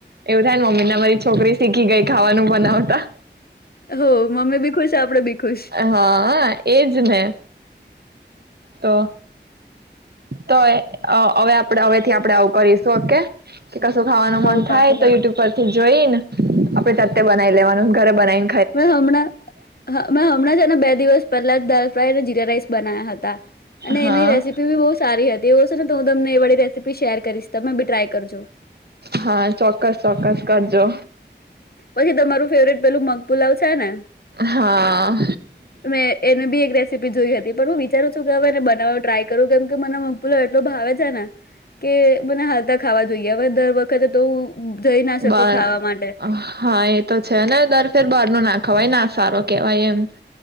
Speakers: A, on the right; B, on the left.
A: એવું થાયને મમ્મી ને અમારી છોકરી શીખી ગઈ ખાવાનું બનાવતા
B: હો મમ્મી બી ખુશ આપણે બી ખુશ
A: હાય હા એજ ને. તો તોય હવે આપ હવેથી આપડે આવું કરીશું ઓકે. કે કશું ખાવાનું
B: હવ
A: મન
B: પાકું
A: થાય તો
B: પાકું
A: યુટ્યુબ પરથી જોઈ ને આપણે જાતે બનાઈ લેવાનુ ઘરે બનાને.
B: મે હમણાં હ મેં હમણાં જ એના બે દિવસ પહેલા જ દ ફાયને જીરા રાઇસ બનાવ હતા. અને
A: હા
B: એની રેસીપી બી બહુ સારી હતી એવ છે ને તો હું તમને એ વાળી રેસીપી શેર કરીશ તમે બી ટ્રાય કરજો
A: હા ચોક્કસ ચોક્કસ કરજો.
B: પછી તમારું ફેવરેટ પેલું મગપુલાવ છે ને
A: હા
B: મેં એને બી એક રેસીપી જોઈ હતી પણ હું વિચારું છું કે હવેને બનાવા ટ્રાય કરું કેમ કે મને મમ્પુલો એટલો ભાવે છે ને કે મને હાલતા ખાવા જોઈએ હવે દર વખત વખતે તો હું જઈ ના
A: બા
B: શકું ખાવા માટે.
A: હા એ તો છે ને દર ફેર બાર નો ના ખવાય ના સારો કેહેવાય એમ.